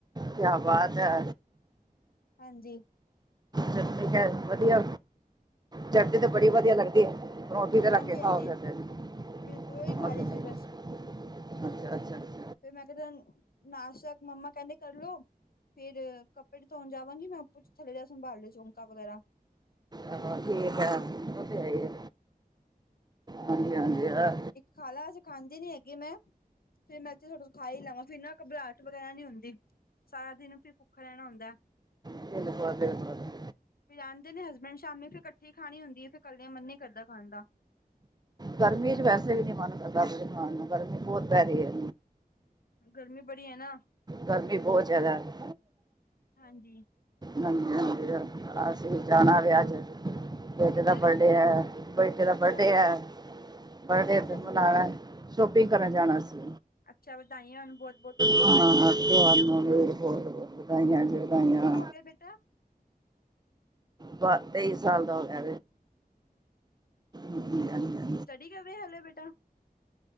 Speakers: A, on the right; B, on the left.
A: ਕਿਆ ਬਾਤ ਐ।
B: ਹਾਂਜੀ।
A: ਚਟਣੀ ਤਾ ਵਧੀਆ, ਚਟਣੀ ਤੇ ਬੜੀ ਵਧੀਆ ਲੱਗਦੀ ਐ। ਰੋਟੀ ਦੇ
B: ਹਾਂਜੀ
A: ਲਗੇ
B: ਹਾਂਜੀ
A: ਖਾਓਗੇ, ਅੱਛਾ-ਅੱਛਾ।
B: ਬਿਲਕੁਲ ਉਹੀ ਖਾ ਰਹੀ ਸੀ ਬਸ ਫਿਰ ਮੈਂ ਕਹਿੰਦਾ ਨਾਸ਼ਤਾ ਮੰਮਾ ਕਹਿੰਦੇ ਕਰਲਓ। ਫਿਰ ਕੱਪੜੇ ਧੋਣ ਜਾਵਾਂਗੀ ਮੈਂ ਉਪਰ। ਤੂੰ ਥੱਲੇ ਦਾ ਸੰਭਾਲ ਲੋ ਚੌਕਾ ਵਗੈਰਾ
A: ਆਹ ਠੀਕ ਆ ਉਹ ਤੇ ਹੈ ਈ ਆ ਹਾਂਜੀ -ਹਾਂਜੀ ਆ।
B: ਖਾਲਾ ਅਸੀ ਖਾਂਦੇ ਨੀ ਹੈਗੇ ਮੈਂ ਫਿਰ ਮੈਂ ਤੇ ਥੋਡਾ ਖਾਈ ਲਾਵਾਂ ਫਿਰ ਨਾ ਘਬਰਾਹਟ ਵਗੈਰਾ ਨੀ ਹੁੰਦੀ। ਸਾਰਾ ਦਿਨ ਫਿਰ ਭੁੱਖਾ ਰਹਿਣਾ ਹੁੰਦਾ।
A: <unintelligible>
B: ਫਿਰ ਆਦੇ ਨੇਂ ਹਸਬੈਂਡ ਸ਼ਾਮੀ ਫਿਰ ਇਕੱਠੀ ਖਾਣੀ ਹੁੰਦੀ ਆ। ਫੇਰ ਕਲਿਆਂ ਮਨ ਹੀ ਕਰਦਾ ਖਾਣ ਦਾ।
A: ਗਰਮੀ 'ਚ ਵੈਸੇ ਵੀ ਨੀ ਮਨ ਕਰਦਾ ਕੁਛ ਖਾਨ ਨੂੰ ਗਰਮੀ ਬਹੁਤ ਪੈ ਰਹੀ ਐ।
B: ਗਰਮੀ ਬੜੀ ਐ ਨਾ।
A: ਗਰਮੀ ਬਹੁਤ ਜ਼ਿਆਦਾ ਹੈ।
B: <inaudible> ਹਾਂਜੀ।
A: ਹਾਂਜੀ -ਹਾਂਜੀ ਅਸੀਂ ਜਾਣਾ ਵਿਆਹ 'ਚ ਬੇਟੇ
B: ਕਿੱਧਰ
A: ਦਾ ਬਰਡੇ ਐ। ਬੈਟੇ ਦਾ
B: ਅੱਛਾ
A: ਬਰਡੇ ਐ। <unintelligible> ਮਨਾਣਾ
B: ਅੱਛਾ ਜੀ
A: ਸ਼ੋਪਿੰਗ ਕਰਨ ਜਾਣਾ ਸੀ।
B: ਅੱਛਾ ਵਧਾਈਆਂ ਹੋਣ ਬਹੁਤ ਬਹੁਤ ਤੁਹਾਨੂੰ
A: ਹਾਂ
B: ਜਨਮ
A: ਤੁੂੰਹਾਨੂ
B: ਦਿਨ ਦੀਆਂ
A: ਵੀ ਬਹੁਤ-ਬਹੁਤ ਵਧਾਈਆਂ ਜੀ ਵਧਾਈਆਂ।
B: ਓਕੇ ਬੇਟਾ।
A: ਬ ਤੇਈ ਸਾਲ ਦਾ ਹੋ ਗਿਆ। ਹਾਂਜੀ ਹਾਂ
B: ਕੀ ਕਰਦਾ ਹਾਲੇ ਬੇਟਾ।